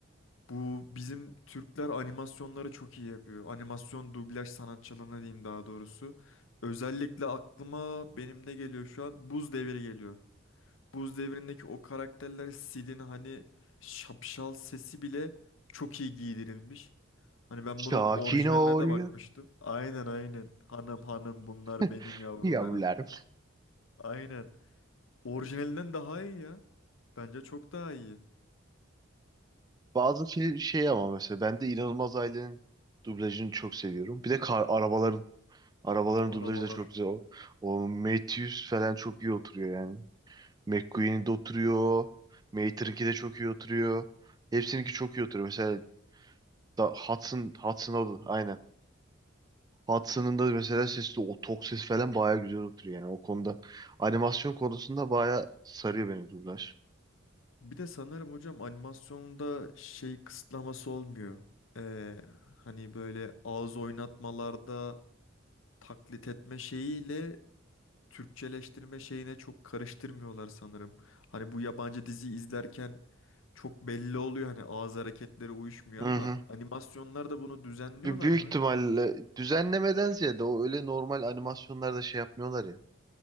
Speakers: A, on the left (about 75°); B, on the right (about 20°).
A: Bu bizim Türkler animasyonları çok iyi yapıyor. Animasyon dublaj sanatçılığını diyeyim daha doğrusu. Özellikle aklıma benim ne geliyor şu an? Buz Devri geliyor. Buz Devri'ndeki o karakterler Sid'in hani şapşal sesi bile çok iyi giydirilmiş. Hani ben
B: Sakin
A: bunun orijinaline
B: ol
A: de bakmıştım. Aynen aynen. Hanım hanım bunlar
B: <laughs>
A: benim yavrularım.
B: yavrularım.
A: Aynen. Orijinalinden daha iyi ya. Bence çok daha iyi.
B: Bazı film şey ama mesela ben de İnanılmaz Ailenin dublajını çok seviyorum. Bir de kar, arabaların arabaların
A: Arabalar.
B: dublajı da çok güzel. O, o Matthews falan çok iyi oturuyor yani. McQueen'in de oturuyor. Mater'inki de çok iyi oturuyor. Hepsininki çok iyi oturuyor. Mesela da Hudson, Hudson o da aynen. Hudson'ın da mesela sesi o tok ses falan baya güzel oturuyor yani o konuda. Animasyon konusunda baya sarıyor beni dublaj.
A: Bir de sanırım hocam animasyonda şey kısıtlaması olmuyor. Ee, hani böyle ağız oynatmalarda taklit etme şeyiyle Türkçeleştirme şeyine çok karıştırmıyorlar sanırım. Hani bu yabancı dizi izlerken çok belli oluyor hani ağız hareketleri uyuşmuyor
B: Hı
A: ama
B: hı.
A: animasyonlarda bunu düzenliyorlar
B: Bir büyük
A: mı?
B: ihtimalle düzenlemeden ziyade o öyle normal animasyonlarda şey yapmıyorlar ya.